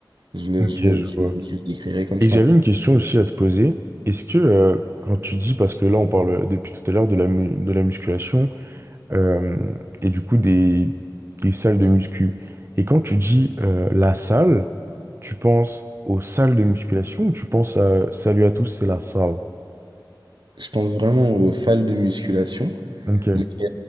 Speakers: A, on the right (about 70°); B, on the right (about 35°).
A: Je le,
B: Ok,
A: je
B: je
A: le, je
B: vois.
A: le, je le décrirais comme
B: Et
A: ça.
B: j'avais une question aussi à te poser. Est-ce que euh, quand tu dis, parce que là on parle euh, depuis tout à l'heure de la, mu- de la musculation euh, et du coup des, des salles de muscu, et quand tu dis euh, la salle, tu penses aux salles de musculation ou tu penses à Salut à tous, c'est la salle?
A: Je pense vraiment aux salles de musculation.
B: Ok.
A: Mais, euh,